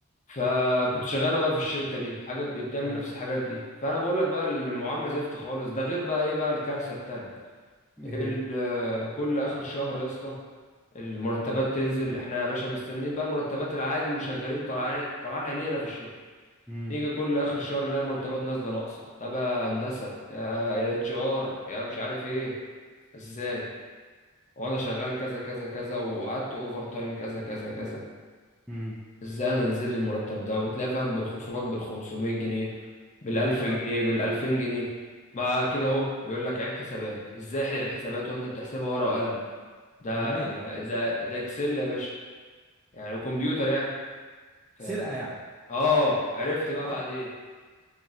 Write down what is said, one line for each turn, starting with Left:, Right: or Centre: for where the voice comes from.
Left: فكنت شغاله بقى في الشركه دي حاجه بتعمل
Centre: حلو
Left: نفس الحاجات دي فانا بقول لك بقى المعامله زفت خالص ده غير بقى ايه بقى الكارثه التانيه
Centre: ايه
Left: ال-
Centre: هي
Left: كل اخر شهر يا اسطى المرتبات تنزل احنا يا باشا مستنيين بقى المرتبات العادي وشغالين وطلعان طلعان عينينا في الشغل
Centre: امم
Left: نيجي كل اخر شهر نلاقي المرتبات نازله ناقصه طب يا هندسه يا اتش ار يا مش عارف ايه ازاي وانا شغال كذا كذا كذا وقعدت اوفر تايم كذا كذا كذا
Centre: امم
Left: ازاي انا انزل لي المرتب ده وتلاقي فاهم بالخصومات بال 500 جنيه بال 1000
Centre: ليه بقى
Left: جنيه بال 2000 جنيه ما كده اهو يقول لك عيب حسابات ازاي عيب حسابات وانت بتحسبها ورقه وقلم ده
Centre: وانا مالي عيب
Left: ده
Centre: حسابي
Left: ده اكسل يا باشا يعني وكمبيوتر يعني فاهم
Centre: سرقه يعني
Left: اه عرفت بقى
Centre: حرقه
Left: بعدين